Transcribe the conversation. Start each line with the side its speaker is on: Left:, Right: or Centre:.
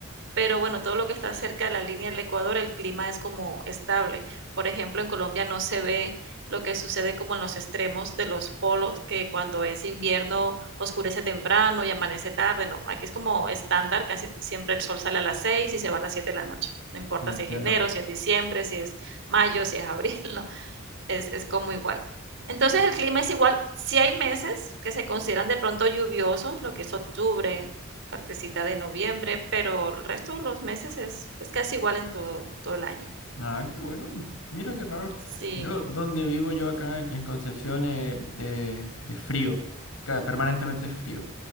Right: pero bueno, todo lo que está cerca de la línea del Ecuador, el clima es como estable. Por ejemplo, en Colombia no se ve lo que sucede como en los extremos de los polos, que cuando es invierno oscurece temprano y amanece tarde, no. Aquí es como estándar, casi siempre el sol sale a las 6 y se va a las 7 de la noche. No importa
Left: Entiendo.
Right: si es enero, si es diciembre, si es mayo, si es abril, <laughs> no es, es como igual. Entonces
Left: Eh,
Right: el clima es igual. Si hay meses que se consideran de pronto lluviosos, lo que es octubre, partecita de noviembre, pero el resto de los meses es, es casi igual en todo, todo el año.
Left: Nada, qué bueno. Mira qué raro.
Right: Sí,
Left: Yo, donde vivo yo acá en, en Concepción, eh, eh, es frío. Ca- Permanentemente es frío.